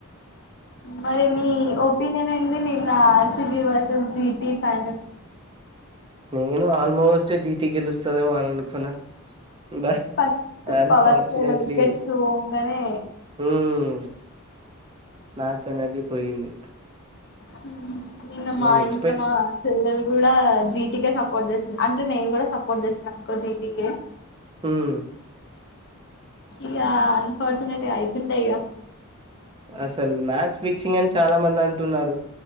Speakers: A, on the left (about 55°); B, on the right (about 25°).
A: మరి నీ
B: అట్లాని
A: ఒపీనియన్ ఏంది నిన్న సుజి వాట్సాప్ జీటి ఫైనల్
B: నేను ఆల్మోస్ట్ జీటి గెలుస్తదేమో అన్నానుకున్నా బట్
A: ఫస్ట్
B: అన్ఫార్చునేట్లీ
A: పవర్ ప్లే లో వికెట్స్ పోంగనే
B: ప్చ్ మ్యాచ్ అనేర్ది పోయింది
A: హ్మ్ నిన్న మా
B: నేను ఎక్స్పెక్ట్
A: ఇంట్లో మా చెల్లెలు కూడా జీటికే సపోర్ట్ జెస్నా అంటే నేను కూడా సపోర్ట్ జెస్నా అనుకో జీటికే
B: హ్మ్
A: ఈగా అన్ఫార్చునేట్ అయిపోయిందిలే ఇక
B: అసలు మ్యాచ్ ఫిక్సింగ్ అని చాలా మంది అంటున్నారు